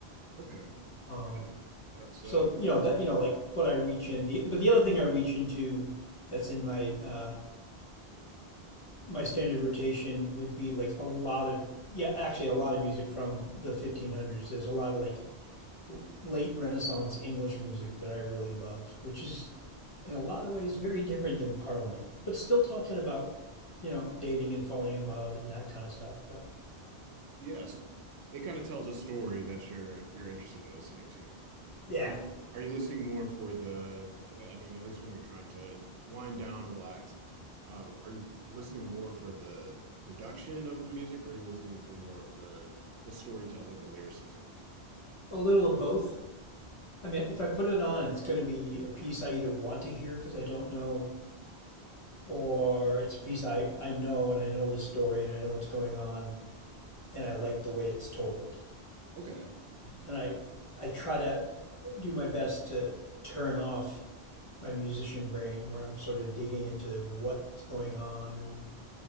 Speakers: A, on the right; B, on the left.
A: Okay.
B: Um,
A: Yeah. That's uh
B: so you know that you know like what I reach in the but the other thing I reach into that's in my uh, my standard rotation would be like a lot of yeah actually a lot of music from the 1500s. There's a lot of like late Renaissance English music that I really love, which is in a lot of ways very different than Parliament, but still talking about, you know, dating and falling in love and that kind of stuff. But
A: yes. It kind of tells a story that you're you're interested in listening to.
B: <laughs> yeah,
A: Are you are you listening more for the, I mean, at least when you're trying to wind down, relax, um, are you listening more for the production of the music, or are you listening for more of the the storytelling, the lyricism?
B: a little of both. I mean, if I put it on, it's going to be a piece I either want to hear because I don't know, or it's a piece I, I know and I know the story and I know what's going on and I like the way it's told.
A: Okay.
B: And I, I try to do my best to turn off my musician brain where I'm sort of digging into what's going on and